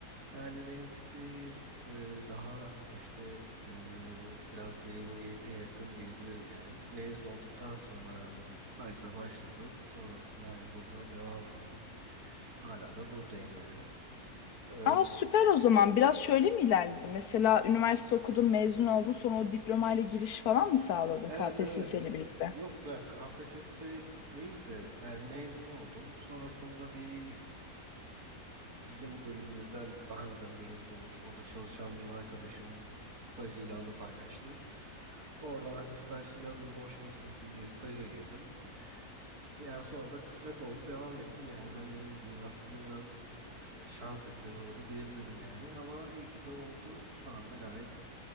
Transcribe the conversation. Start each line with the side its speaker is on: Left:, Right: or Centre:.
Right: Yani benimkisi e, daha işte e, biraz memuriyete yakın diyebilirim yani. Mezun olduktan sonra hani stajla başladı. Sonrasında hani burada devam ettim. Hala da buradayım yani. E,
Left: Aa süper o zaman. Biraz şöyle mi ilerledi? Mesela üniversite okudun, mezun oldun, sonra o diplomayla giriş falan mı sağladın
Right: evet
Left: KPSS
Right: evet.
Left: ile birlikte?
Right: Yok ya KPSS değil de yani mezun oldum. Sonrasında bir bizim bölümümüzden daha önceden mezun olmuş orada çalışan bir arkadaşımız staj ilanı paylaştı. Oradan hani staj yazın boş geçmesin diye staja girdim. Yani sonra da kısmet oldu devam ettim yani hani öyle diyeyim aslında biraz e, şans eseri oldu diyebilirim yani ama iyi ki de oldu şu anda gayet